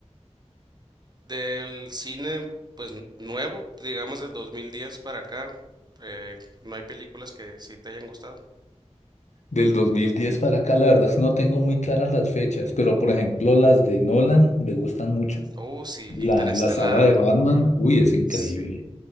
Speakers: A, on the right; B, on the left.
A: Del cine, pues nuevo, digamos del 2010 para acá, eh, no hay películas que sí te hayan gustado.
B: Del dos mil diez para acá, la verdad es que no tengo muy claras las fechas, pero por ejemplo las de Nolan me gustan mucho.
A: Oh, sí,
B: La,
A: Interestelar,
B: la saga de Batman, uy, es increíble.
A: sí,